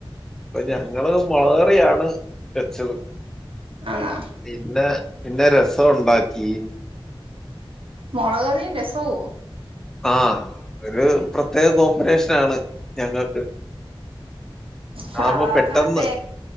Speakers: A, in the centre; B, on the right.
A: അപ്പൊ ഞങ്ങള് മൊളറിയാണ് വെച്ചത്
B: ആണോ
A: പിന്നെ പിന്നെ രസംവുണ്ടാക്കി
B: മൊളക്ക്കറിയും രസവോ
A: ആ ഒരു പ്രത്യേക കോമ്പിനേഷനാണ് ഞങ്ങൾക്ക്
B: സാധാരണ
A: ആവുമ്പോ പെട്ടെന്ന്
B: തേ